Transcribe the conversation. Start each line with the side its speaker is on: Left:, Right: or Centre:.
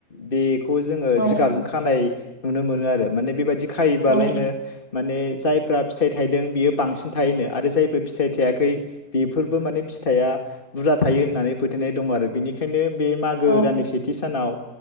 Left: बेखौ जोङो
Right: औ
Left: जिगाबजों खानाय नुनो मोनो आरो माने बेबादि खायोबालायनो
Right: औ
Left: माने जायफ्रा फिथाइ थाइदों बियो बांसिन थायोनो आरो जायफ्रा फिथाइ थायाखै बेफोरबो माने फिथाइआ बुरजा थायो होननानै फोथायनाय दं आरो बिनि ओंखायनो बे मागो
Right: औ
Left: दाननि सेथि सानाव